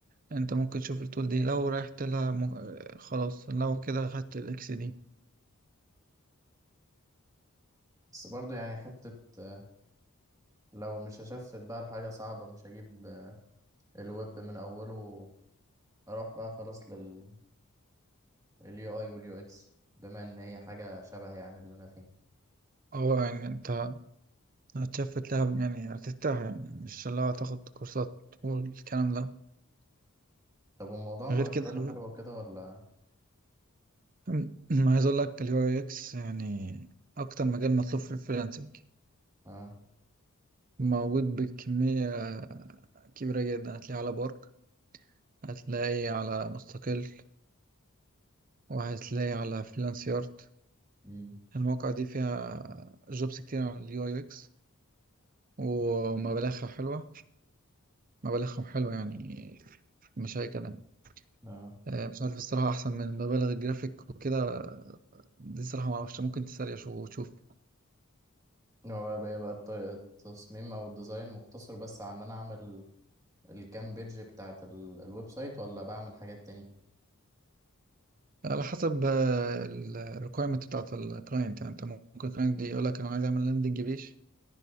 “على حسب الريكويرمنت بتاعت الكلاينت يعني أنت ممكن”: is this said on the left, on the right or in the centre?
Right